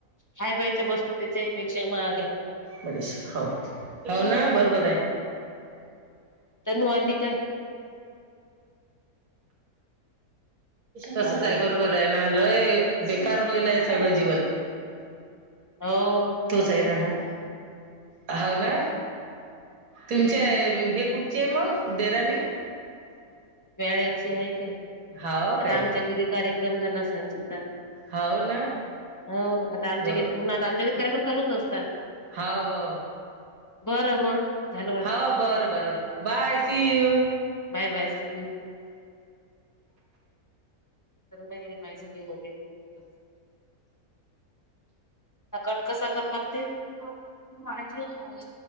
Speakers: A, on the left; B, on the right.
A: खाय प्यायच्या वस्तू त्याच्याही पेक्षा महाग आहे
B: पैसा हो. हो ना बरोबर आहे.
A: तनु आली काय?
B: तसच
A: हो
B: आहे.
A: काय.
B: बरोबर आहे ना. लय बेकार होईल आहे सगळं जीवन.
A: हो
B: तोच आहे ना हा. हाव ना. तुमच्या हे कुठचे आहे मग देराणी?
A: वेळ्याची आहे ते.
B: हाव
A: आता
B: काय
A: आमच्या घरी कार्यक्रम झाला ना सांची चा
B: हाव ना
A: हो आता आमच्या
B: बरो
A: घरी पुन्हा आता आमच्या घरी कार्यक्रम चालूच असतात.
B: हो हो
A: बरं मग झालं वाटतं.
B: हाव. बरं बर. Bye see you.
A: Bye bye see you. <unintelligible> ह कट कसा करा लागते ज